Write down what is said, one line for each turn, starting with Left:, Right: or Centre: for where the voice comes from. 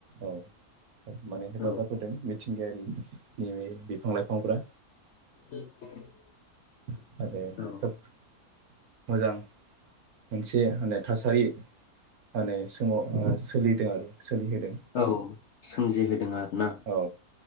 Right: औ माने हेफाजाब
Left: औ
Right: होदों। मिथिंगायारि नैबे बिफां लाइफांफोरा
Left: <inaudible>
Right: <unintelligible>
Left: औ
Right: मोजां मोनसे होनो थासारि माने सोमाव ओ सोलि दों आरो सोलिहोदों
Left: औ सोमजिहोदों आर ना
Right: औ